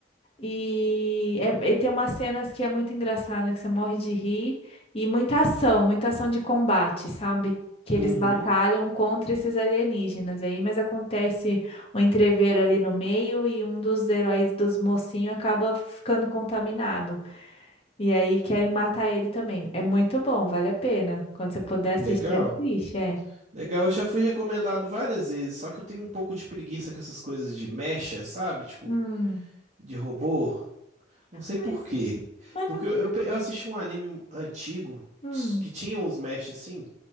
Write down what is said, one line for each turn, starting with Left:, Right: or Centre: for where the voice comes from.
Left: E, é- e tem umas cenas que é muito engraçada, que você morre de rir, e muita ação, muita ação de combate, sabe? Que eles
Right: uhum,
Left: batalham contra esses alienígenas aí, mas acontece um entrevero ali no meio e um dos heróis dos mocinhos acaba ficando contaminado. E aí querem matar ele também. É muito bom, vale a pena. Quando você puder
Right: legal.
Left: assistir, assiste, é.
Right: Legal, eu já fui recomendado várias vezes, só que eu tenho um pouco de preguiça com essas coisas de mecha, sabe? Tipo,
Left: Hum,
Right: De robô? Não sei
Left: mas,
Right: por quê.
Left: mas
Right: Porque
Left: não,
Right: eu, eu, eu assisti um anime antigo
Left: hum,
Right: que tinha uns mesh assim.